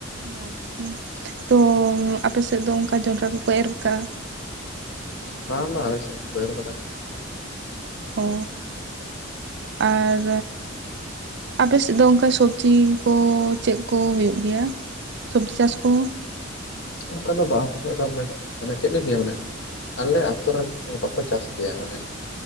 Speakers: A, on the right; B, on the left.
A: ᱟᱪᱪᱷᱟ ᱛᱚ ᱟᱯᱮᱥᱮᱫ ᱫᱚ ᱚᱝᱠᱟ ᱡᱚᱱᱰᱨᱟ ᱠᱚᱠᱚ ᱮᱨ ᱠᱟᱜᱟ?
B: ᱵᱟᱝ ᱵᱟᱝ ᱟᱞᱮ ᱥᱮᱫ ᱵᱟᱠᱚ ᱮᱨ ᱠᱟᱫᱟ᱾
A: ᱚ ᱟᱨ ᱟᱯᱮ ᱥᱮᱫ ᱫᱚ ᱚᱝᱠᱟ ᱥᱚᱵᱽᱡᱤ ᱠᱚ ᱪᱮᱫ ᱠᱚ ᱦᱳᱭᱳᱜ ᱜᱮᱭᱟ ᱥᱚᱵᱽᱡᱤ ᱪᱟᱥ ᱠᱚ?
B: ᱚᱝᱠᱟ ᱫᱚ ᱵᱟᱝ ᱦᱳᱭᱳᱜ-ᱟ ᱢᱮᱰᱟᱢ ᱢᱟᱱᱮ ᱪᱮᱫ ᱞᱤᱧ ᱞᱟᱹᱭᱟ ᱢᱟᱱᱮ ᱟᱞᱮ ᱟᱹᱛᱳ ᱨᱮᱱ ᱦᱚᱲ ᱵᱟᱠᱚ ᱪᱟᱥ ᱜᱮᱭᱟ ᱢᱟᱱᱮ